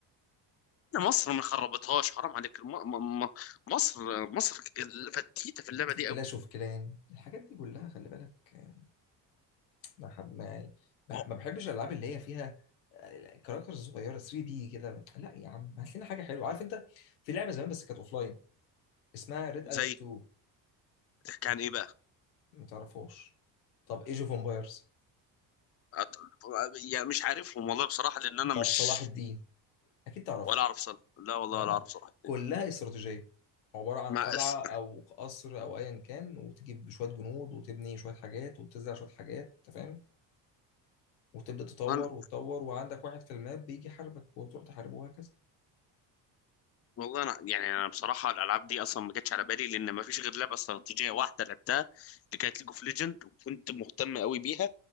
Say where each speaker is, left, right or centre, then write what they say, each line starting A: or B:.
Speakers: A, on the left; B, on the left.
A: إن مصر ما خربتهاش حرام عليك م... م... م... مصر مصر فتيتة في اللعبة دي قوي
B: كلاش اوف كلان الحاجات دي كلها خلي بالك آه، ما حب- ما يعني، بح-
A: أوه.
B: ما بحبش الالعاب اللي هي فيها كاركترز صغيره 3 دي كده لا يا عم هات لنا حاجه حلوه عارف انت في لعبه زمان بس كانت اوفلاين اسمها ريد اليرت
A: زي
B: 2
A: بتحكي عن ايه بقى
B: ما تعرفوش طب ايج اوف امبايرز
A: أت- يعني مش عارفهم والله بصراحة لأن أنا
B: طب
A: مش
B: صلاح الدين اكيد تعرف
A: ولا أعرف صراحة لا والله
B: ده
A: ولا أعرف صراحة
B: كلها استراتيجية عبارة عن
A: ما
B: قلعة
A: أس...
B: أو قصر أو أيا كان وتجيب شوية جنود وتبني شوية حاجات وتزرع شوية حاجات أنت فاهم وتبدأ تطور
A: أنا
B: وتطور وعندك واحد في الماب بيجي يحاربك وتروح تحاربه وهكذا
A: والله أنا يعني أنا بصراحة الألعاب دي أصلا ما جاتش على بالي لأن ما فيش غير لعبة استراتيجية واحدة لعبتها اللي كانت ليج اوف ليجند وكنت مهتم قوي بيها